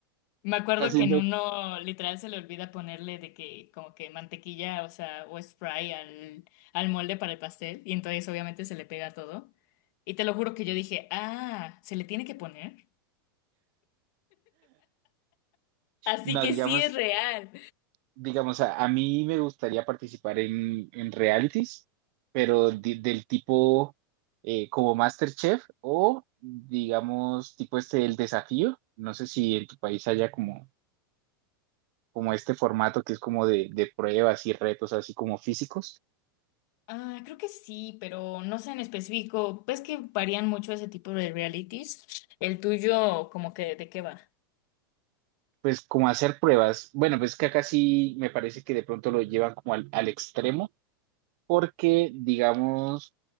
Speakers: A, on the left; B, on the right.
A: Me acuerdo
B: haciendo
A: que en uno literal se le olvida ponerle de que como que mantequilla, o sea, o spray al, al molde para el pastel y entonces obviamente se le pega todo. Y te lo juro que yo dije, ah, ¿se le tiene que poner? Así
B: No,
A: que
B: digamos,
A: sí es real.
B: digamos, a, a mí me gustaría participar en, en realities, pero di- del tipo eh, como MasterChef o, digamos, tipo este, el desafío. No sé si en tu país haya como, como este formato que es como de, de pruebas y retos así como físicos.
A: Ah, creo que sí, pero no sé en específico. Ves que varían mucho ese tipo de realities. El tuyo, como que, ¿de qué va?
B: Pues como hacer pruebas. Bueno, pues que acá sí me parece que de pronto lo llevan como al, al extremo, porque, digamos,